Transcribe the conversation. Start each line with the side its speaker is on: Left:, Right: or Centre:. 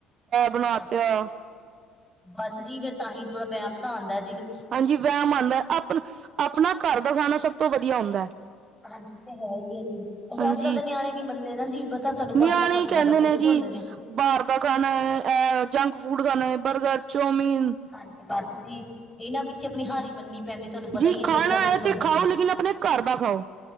Centre: ਹਾਂਜੀ-ਹਾਂਜੀ
Right: ਬਣਾ ਤਿਆ
Centre: ਬਾਸ ਜੀ ਫ ਤਾਂਹੀ ਥੋੜਾ ਵੇਹਮ ਸਾ ਆਂਦਾ ਹੈ।
Right: ਹਾਂਜੀ ਵੈਮ ਆਂਦਾ ਏ, ਆਪ ਆਪਣਾ ਕਾਰ ਦਾ ਖਾਣਾ ਸਭ ਤੋਂ ਵਧੀਆ ਹੁੰਦਾ ਹੈ।
Centre: ਹਾਂਜੀ ਏਹ ਤੇ ਹੈ ਈ ਐ ਜੀ। ਅ
Right: ਹਾਂਜੀ
Centre: ਅੱਜ ਕੱਲ੍ਹ ਦੇ ਨਿਆਣੇ ਨੀ ਮੰਨਦੇ ਨਾ ਜੀ ਪਤਾ ਤੁਹਾਨੂੰ ਬਾਹਰ
Right: ਨਿਆਣੇ
Centre: ਦਾ ਖਾ ਕੇ
Right: ਹੀ ਕਹਿੰਦੇ
Centre: ਜ਼ਿਆਦਾ ਖੁਸ਼
Right: ਜੀ
Centre: ਹੁੰਦੇ ਨੇ।
Right: ਬਾਹਰ ਦਾ ਖਾਣਾ ਹੈ ਜੰਕ ਫੂਡ ਖਾਣਾ ਹੈ ਬਰਗਰ ਚੋਮੀਨ
Centre: ਹਾਂਜੀ ਬਸ ਜੀ। ਇਹਨਾਂ ਪਿੱਛੇ ਆਪਣੀ ਹਾਰੀ ਮੰਣਨੀ ਪੈਂਦੀ ਤੁਹਾਨੂੰ ਪਤਾ
Right: ਜੀ
Centre: ਹੀ ਹੈ
Right: ਖਾਣਾ
Centre: ਬੱਚਿਆਂ ਪਿੱਛੇ ਚੱਲਦੀ
Right: ਤੇ ਖਾਓ
Centre: ਪੈਣੀ।
Right: ਲੇਕਿਨ ਆਪਣੇ ਘਰ ਦਾ ਖਾਓ